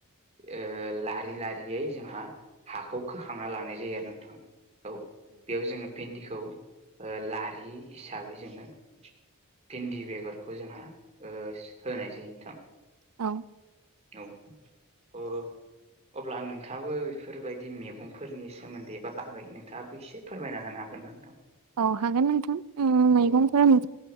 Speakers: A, on the right; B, on the right.
A: ओ लारि लारि यै जोंहा हाखौ खोखांना लानाय जायो आरोना नोंथां औ बेयाव जोङो। भिन्दिखौ लारि हिसाबै जोङो भिन्दि बेगरखौ जोंहा ओ होनाय जायो नोंथां
B: औ
A: औ अ अब्ला नोंथाङाबो बेफोरबायदि मैगंफोरनि सोमोन्दै एबा बागै नोंथाङाबो एसे फोरमायना होनो हागोन ना नोंथां।
B: औ हागोन नोंथां उम मैगंफोरा
A: औ